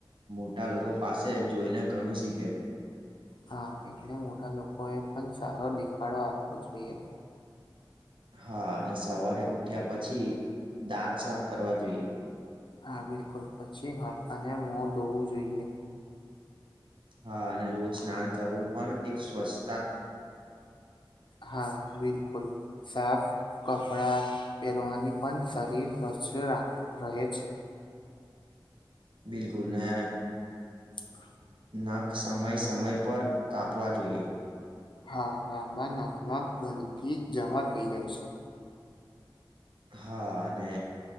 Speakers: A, on the right; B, on the left.
A: મોટા લોકો પાસે જોઈને ઘણું શીખે છે
B: હા એટલે મોટા લોકો એ પણ સારો દેખાડો આપવો જોઈએ
A: હા અને સવારે ઉઠ્યા પછી દાંત સાફ કરવા જોઈએ
B: હા બિલકુલ પછી હાથાને મોં ધોવું જોઈએ
A: હા અને રોજ સ્નાન કરવું પણ એક સ્વસ્થ
B: હા બિલકુલ સાફ કપડાં પહેરવાની પણ શરીર સ્વચ્થ રાખ રહે છે
A: બિલકુલ ને
B: હ
A: નખ સમય સમય પર કાપવા જોઈએ
B: હા લાંબા નખમાં ગલકી જમા થઈ જાય છે
A: હા અને